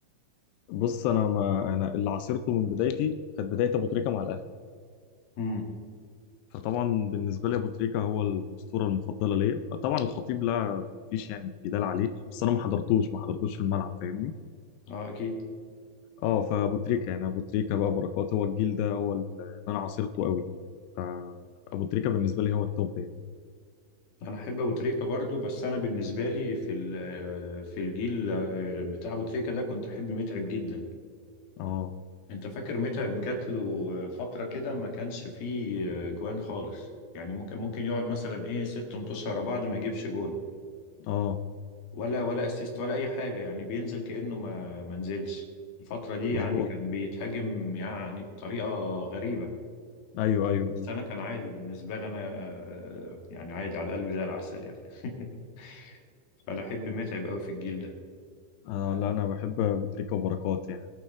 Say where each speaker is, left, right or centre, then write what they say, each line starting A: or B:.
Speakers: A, on the left (about 85°); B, on the left (about 60°).
A: بص انا ما انا اللي عاصرته من بدايتي كانت بدايه ابو تريكه مع الاهلي
B: امم
A: فطبعا بالنسبه لي ابو تريكه هو الاسطوره المفضله ليا طبعا الخطيب لا مفيش يعني جدال عليه بس انا ما حضرتوش ما حضرتوش في الملعب فاهمني
B: اه اكيد
A: اه فابو تريكه يعني ابو تريكه بقى بركات هو الجيل ده هو اللي انا عاصرته قوي فابو تريكه بالنسبه لي هو التوب يعني
B: انا احب ابو تريكة برضو بس انا بالنسبه لي في ال- في الجيل آه، بتاع ابو تريكة ده كنت احب متعب جدا
A: اه
B: انت فاكر متعب جات له فتره كده ما كانش فيه آه، جوان خالص يعني ممكن ممكن يقعد مثلا ايه ست ماتشات ورا بعض ما يجيبش جون
A: اه
B: ولا ولا اسيست ولا اي حاجه يعني بينزل كانه ما ما نزلش الفتره دي
A: مظبوط
B: يعني كان بيتهاجم يعني بطريقه غريبه
A: ايوه ايوه ايوه
B: بس انا كان عادي بالنسبه لي انا آه، يعني عادي على قلبي زي العسل يعني <laughs> فانا احب متعب قوي في الجيل ده
A: آه لا انا بحب ابو تريكه وبركات يعني